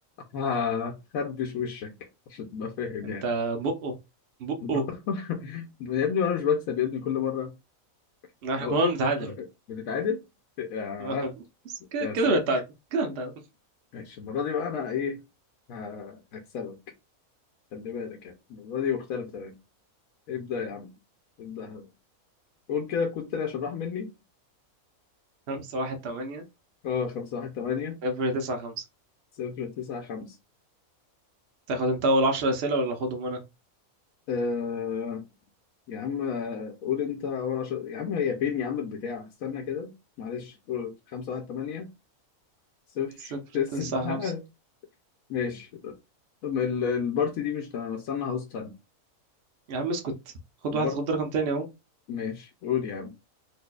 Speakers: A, on the left; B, on the right.
A: هخربش وشك عشان تبقى فاهم
B: انت
A: يعني
B: بقه بقه
A: <laughs> يا ابني وانا مش بكسب يا ابني كل مرة
B: احنا
A: او
B: كنا بنتعادل
A: بنتعادل يا
B: <laughs> كده
A: يا
B: كده
A: ساتر
B: بنتعادل كده بنتعادل
A: ماشي المرة دي بقى انا ايه ه- هكسبك خلي بالك يعني المرة دي مختلفة تماما ابدأ يا عم ابدأ قول كده كنت تاني عشان راح مني
B: خمسة واحد تمانية
A: اه خمسة واحد تمانية
B: صفر تسعة خمسة
A: صفر تسعة خمسة
B: تاخد انت اول عشر اسئله ولا اخدهم انا
A: آه يا عم قول انت اول عشر يا عم هي فين يا عم البتاع استنى كده معلش قول خمسة واحد تمانية صفر
B: صفر
A: <laughs> تسعة
B: تسعة خمسة
A: ماشي طب ال- البارتي دي مش تمام استنى هوست تاني
B: يا عم اسكت خد
A: البارت
B: واحد خد رقم تاني اهو
A: ماشي قول يا عم